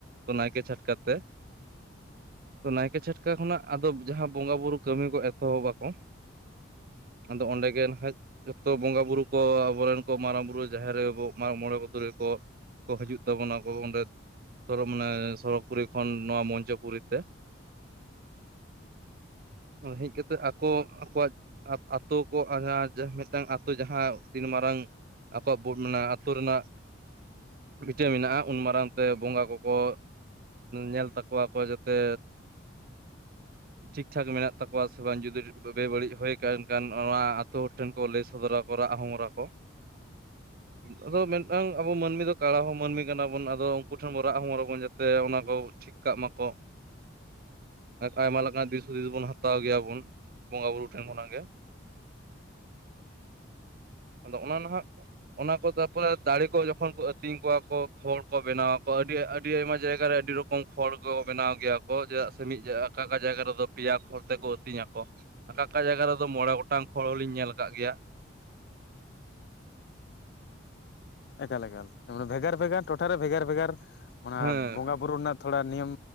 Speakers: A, on the right; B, on the left.
A: ᱚ ᱱᱟᱭᱠᱮ ᱪᱷᱟᱴᱠᱟ ᱛᱮ ᱛᱚ ᱱᱟᱭᱠᱮ ᱪᱷᱟᱴᱠᱟ ᱠᱷᱚᱱᱟᱜ ᱟᱫᱚ ᱡᱟᱦᱟᱸ ᱵᱚᱸᱜᱟ ᱵᱩᱨᱩ ᱠᱟᱹᱢᱤ ᱠᱚ ᱮᱛᱚᱦᱚᱵᱟᱠᱚ ᱟᱫᱚ ᱚᱸᱰᱮ ᱜᱮ ᱱᱟᱦᱟᱜ ᱡᱚᱛᱚ ᱵᱚᱸᱜᱟ ᱵᱩᱨᱩ ᱠᱚ ᱟᱵᱚᱨᱮᱱ ᱠᱚ ᱢᱟᱨᱟᱝ ᱵᱩᱨᱩ ᱡᱟᱦᱮᱨ ᱨᱮ ᱢᱚᱬᱮ ᱠᱚ ᱛᱩᱨᱩᱭ ᱠᱚ ᱠᱚ ᱦᱤᱡᱩᱜ ᱛᱟᱵᱚᱱᱟ ᱠᱚ ᱚᱸᱰᱮ ᱥᱚᱨ ᱢᱟᱱᱮ ᱥᱚᱨᱚᱜᱽ ᱯᱩᱨᱤ ᱠᱷᱚᱱ ᱱᱚᱣᱟ ᱢᱚᱧᱪᱚᱯᱩᱨᱤ ᱛᱮ <inaudible> ᱦᱮᱡ ᱠᱟᱛᱮᱫ ᱟᱠᱚ ᱟᱠᱚᱣᱟᱜ ᱟᱛᱳ ᱠᱚ ᱢᱤᱫᱴᱟᱝ ᱟᱛᱳ ᱡᱟᱦᱟᱸ ᱛᱤᱱ ᱢᱟᱨᱟᱝ ᱟᱠᱚᱣᱟᱜ ᱵᱚᱱ <unintelligible> ᱢᱮᱱᱟᱜ ᱟᱹᱛᱩ ᱨᱮᱱᱟᱜ ᱤᱤᱴᱟᱹ <unintelligible> ᱢᱮᱱᱟᱜᱼᱟ ᱩᱱ ᱢᱟᱨᱟᱝ ᱛᱮ ᱵᱚᱸᱜᱟ ᱠᱚᱠᱚ ᱧᱮᱞ ᱛᱟᱠᱚᱣᱟ ᱠᱚ ᱡᱟᱛᱮ ᱴᱷᱤᱠᱴᱷᱟᱠ ᱢᱮᱱᱟᱜ ᱛᱟᱠᱚᱣᱟ ᱥᱮ ᱵᱟᱝ ᱡᱩᱫᱤ ᱵᱮᱵᱟᱹᱲᱤᱡ ᱦᱳᱭ ᱠᱟᱱᱠᱷᱟᱱ ᱚᱱᱟ ᱟᱛᱳ ᱴᱷᱮᱱ ᱠᱚ ᱞᱟᱹᱭ ᱥᱚᱫᱚᱨᱟᱚ ᱠᱚ ᱨᱟᱜ ᱦᱚᱸᱢᱚ ᱠᱚᱲᱟ ᱠᱚ <unintelligible> ᱟᱫᱚ ᱢᱤᱫᱴᱟᱝ ᱟᱵᱚ ᱢᱟᱹᱱᱢᱤ ᱫᱚ ᱠᱟᱲᱟ ᱦᱚ ᱢᱟᱹᱱᱢᱤ ᱠᱟᱱᱟ ᱵᱚᱱ ᱟᱫᱚ ᱩᱱᱠᱩ ᱴᱷᱮᱱ ᱵᱚᱱ ᱨᱟᱜ ᱦᱚᱸᱢᱚᱨᱟᱵᱚᱱ ᱡᱟ ᱛᱮ ᱚᱱᱟ ᱠᱚ ᱴᱷᱤᱠ ᱠᱟᱜ ᱢᱟᱠᱚ ᱟᱭᱢᱟ ᱞᱮᱠᱟᱱᱟ ᱫᱤᱥ ᱦᱩᱫᱤᱥ ᱵᱚᱱ ᱦᱟᱛᱟᱣ ᱜᱮᱭᱟᱵᱚᱱ ᱵᱚᱸᱜᱟ ᱵᱩᱨᱩ ᱴᱷᱮᱱ ᱠᱷᱚᱱᱟᱜ ᱜᱮ᱾ ᱟᱫᱚ ᱚᱱᱟ ᱱᱟᱦᱟᱜ ᱚᱱᱟ ᱠᱚ ᱛᱟᱯᱚᱨᱮ ᱫᱟᱲᱮ ᱠᱚ ᱡᱚᱠᱷᱚᱱ ᱠᱚ ᱟᱹᱛᱤᱧ ᱠᱚᱣᱟ ᱠᱚ ᱠᱷᱚᱲ ᱠᱚ ᱵᱮᱱᱟᱣᱟᱚ ᱟᱹᱰᱤ ᱟᱹᱰᱤ ᱟᱭᱢᱟ ᱡᱟᱭᱜᱟ ᱨᱮ ᱟᱹᱰᱤ ᱨᱚᱠ ᱠᱚᱢ ᱠᱷᱚᱲ ᱠᱚ ᱵᱮᱱᱟᱣ ᱜᱮᱭᱟ ᱠᱚ ᱪᱮᱫᱟᱜ ᱥᱮ ᱢᱤᱫ ᱡᱟ ᱚᱠᱟ ᱚᱠᱟ ᱡᱟᱭᱜᱟ ᱨᱮᱫᱚ ᱯᱮᱭᱟ ᱠᱷᱚᱲ ᱛᱮᱠᱚ ᱟᱹᱛᱤᱧᱟᱠᱚ ᱚᱠᱟ ᱚᱠᱟ ᱡᱟᱭᱜᱟ ᱨᱮᱫᱚ ᱢᱚᱬᱮ ᱜᱚᱴᱟᱝ ᱠᱷᱚᱲ ᱦᱚᱞᱤᱧ ᱧᱮᱞ ᱟᱠᱟᱫ ᱜᱮᱭᱟ᱾
B: ᱮᱠᱟᱞ ᱮᱠᱟᱞ ᱵᱷᱮᱜᱟᱨ ᱵᱷᱮᱜᱟᱨ ᱴᱚᱴᱷᱟᱨᱮ ᱵᱷᱮᱜᱟᱨ ᱵᱷᱮᱜᱟᱨ, ᱚᱱᱟ
A: ᱦᱮᱸ
B: ᱵᱚᱸᱜᱟ ᱵᱩᱨᱩ ᱨᱮᱱᱟᱜ ᱛᱷᱚᱲᱟ ᱱᱤᱭᱚᱢ